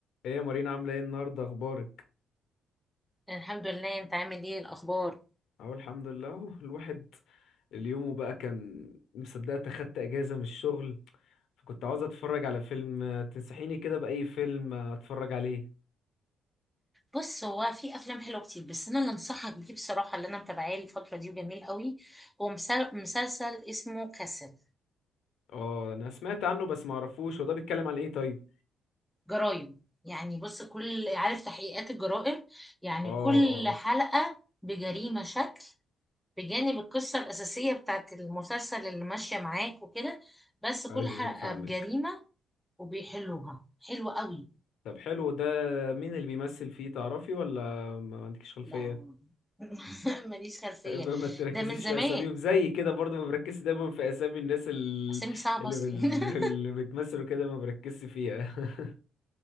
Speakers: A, on the left; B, in the centre.
A: ايه يا مارينا عاملة ايه النهاردة اخبارك
B: الحمد لله انت عامل ايه الاخبار
A: اهو الحمد لله اهو الواحد اليوم بقى كان مصدقت اخدت اجازة من الشغل فكنت عاوز اتفرج على فيلم آه، تنصحيني كده بأي فيلم آه، اتفرج عليه
B: بص هو في افلام حلوه كتير بس انا اللي انصحك بيه بصراحه اللي انا متابعاه الفتره دي وجميل قوي هو مسل- مسلسل اسمه كاسل
A: اه انا سمعت عنه بس معرفوش هو ده بيتكلم عن ايه طيب
B: جرايم يعني بص كل عارف تحقيقات الجرائم يعني
A: اه
B: كل
A: اه
B: حلقه بجريمه شكل بجانب القصه الاساسيه بتاعت المسلسل اللي ماشيه معاك وكده بس كل
A: ايوه
B: حلقه
A: ايوه فاهمك
B: بجريمه وبيحلوها حلوه قوي
A: طب حلو ده مين اللي بيمثل فيه تعرفي ولا ما ما عندكيش خلفية
B: لا <laughs> ماليش
A: <laughs>
B: خلفيه
A: آه، ما ما تركزيش
B: ده من زمان
A: في اساميهم زي كده برضه ما بركزش دايما في اسامي الناس اللي
B: اسامي صعبه
A: اللي,
B: اصلا
A: بال-
B: <laughs>
A: اللي بتمثلوا كده ما بركزش فيها <laughs>